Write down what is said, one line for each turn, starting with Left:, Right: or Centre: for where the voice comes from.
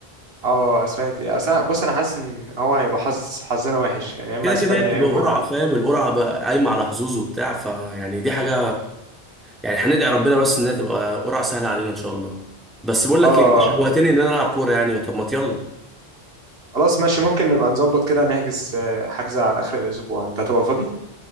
Right: اه اسبانيا تقيلة. أصل أنا- بص انا حاسس ان هو هيبقى حظ حظنا وحش يعني يا اما
Centre: كده
Right: اسبانيا
Centre: كده هي بتبقى
Right: يا اما
Centre: قرعه فاهم القرعه بقى قايمه على حظوظ وبتاع فيعني دي حاجه يعني هندعي ربنا بس انها تبقى قرعه سهله علينا ان شاء الله بس بقول لك
Right: اه
Centre: ايه انت شوقتني ان انا العب كوره يعني طب ما يلا
Right: خلاص ماشي ممكن نبقى نظبط كده نحجز آه، حجز على اخر الاسبوع انت هتبقى فاضي